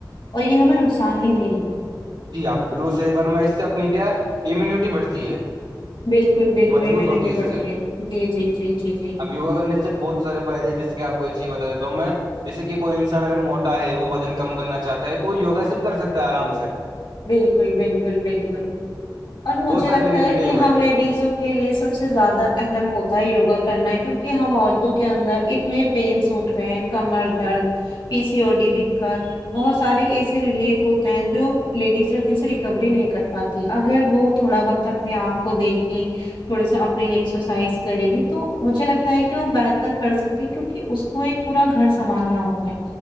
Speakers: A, on the left; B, on the right.
A: اور یہ ہمیں نقصان نہیں دے رہی
B: جی آپ نے بالکل صحیح فرما ہے اس سے اپنی کیا ہے امیونٹی بڑھتی ہے
A: بالکل بالکل
B: مضبوط
A: امیونٹی
B: ہوتی اس
A: بڑھتی
B: سے
A: ہے جی جی جی جی جی
B: یوگا کر سے بہت سارے فائدے ہیں جیسے کہ آپ کو ایک چیز بتا دیتا ہو میں جیسے کہ کوئی انسان اگر موٹا ہے وہ وزن کم کرنا چاہتا ہے تو وہ یگا سے بھی کر سکتا ہے آرام سے
A: بالکل بالکل بالکل اور مجھے
B: بہت سارے
A: لگتا
B: بینیفٹ
A: ہے کہ
B: یوگا
A: ہم
B: کے
A: لیڈیزوں
B: تو
A: کے لیے سب سے زیادہ اہم ہوتا ہے یوگا کرنا کیونکہ ہم عورتوں کے اندر اتنے پین سوٹ ہے کمر درد پی سی او ڈی دقت بہت سارے ایسے ریلیف ہوتے ہیں جو لیڈیز جلدی سے ریکوری نہیں کر پاتی اگر وہ تھوڑا وقت اپنے آپ کو دے گی تھوڑا سا اپنے لیے ایکسرسائز کرے گی تو مجھے لگتا ہے کہ وہ بہتر کر سکتی ہے کیونکہ اس کو ایک پورا گھر سنبھالنا ہوتا ہے